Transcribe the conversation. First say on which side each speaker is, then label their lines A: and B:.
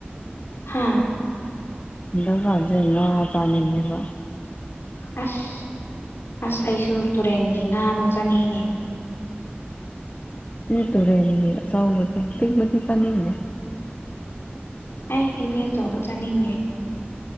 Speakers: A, on the left; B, on the left.
A: ꯍꯥꯥ
B: ꯗꯕꯥꯖꯦ ꯅ ꯆꯂꯅꯦꯕꯣ
A: ꯑꯁ ꯑꯁ ꯑꯩꯁꯨ ꯇꯨꯔꯦꯟꯒꯤ ꯉꯥꯗꯣ ꯆꯥꯅꯤꯡꯉꯤꯅꯦ
B: ꯎꯝ ꯇꯨꯔꯦꯜꯒꯤ ꯑꯆꯧꯕꯗꯣ ꯑꯄꯤꯛꯄꯗꯤ ꯆꯅꯤꯡꯗꯦ
A: ꯑꯩ ꯍꯥꯏꯗꯤꯌꯥ ꯇꯣꯕꯨ ꯆꯥꯅꯤꯡꯉꯦ